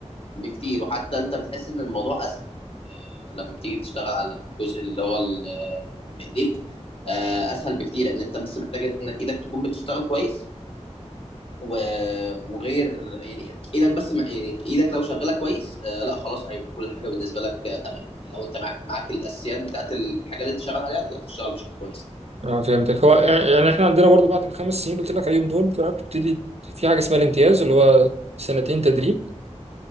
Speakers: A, on the left; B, on the right.
A: بكتير وحتى انت بتحس ان الموضوع اسهل آه، لما بتيجي تشتغل على الجزء اللي هو ال- آه، بايديك آه، اسهل بكتير لان انت بس محتاج انك ايدك تكون بتشتغل كويس و- وغير يعني ايدك بس ما- يعني ايدك لو شغاله كويس آه، لا خلاص هيبقى كل حاجه بالنسبه لك آه، تمام لو انت معاك معاك الاساسيات بتاعت الحاجه اللي انت شغال عليها تقدر تشتغل بشكل كويس
B: اه فهمتك هو آه، يعني احنا عندنا برضو بعد الخمس سنين اللي قلت لك عليهم دول بقى بتبتدي في حاجه اسمها الامتياز اللي هو سنتين تدريب